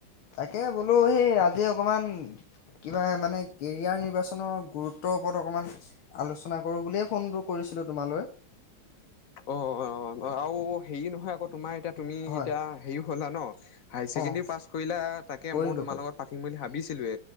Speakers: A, on the left (about 80°); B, on the left (about 50°).
A: তাকে বোলো, সেই আজি আজি অকমান, কিবা মানে কেৰিয়াৰ নিৰ্বাচনৰ, গুৰুত্বৰ ওপৰত, অকমান আলোচনা কৰো, বুলিয়ে ফোনটো কৰিছিলো তোমালৈ।
B: অ, অ আৰু হেৰি নহয় আকৌ তোমাৰ এতিয়া তুমি
A: হয়
B: এতিয়া হেৰি হ'লা ন, হাইাৰ ছেকেণ্ডেৰী
A: অ',
B: পাছ কৰিলা, তাকে
A: কৰিলোঁ
B: মই তোমাৰ
A: কৰিলোঁ।
B: লগত পাতিম বুলি ভাবিছিলোৱে,